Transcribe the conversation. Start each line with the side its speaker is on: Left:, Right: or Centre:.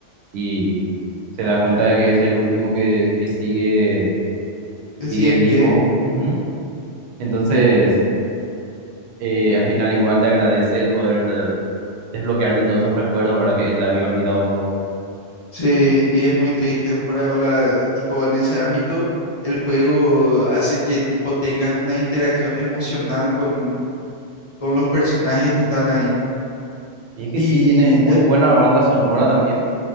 Right: y se da cuenta de que es el último que, que sigue,
Left: que sigue
Right: sigue
Left: en
Right: vivo.
Left: pie,
Right: Ujú. Entonces, eh, al final igual te agradece el poder desbloquearle todos esos recuerdos, ¿verdad? Que él había olvidado todo.
Left: sí, y es muy triste, por ahora, tipo, en ese ámbito, el juego hace que, tipo, tengas una interacción emocional con, con los personajes que están ahí,
Right: Y es que
Left: y
Right: sí, tiene muy
Left: ya-
Right: buena banda sonora también,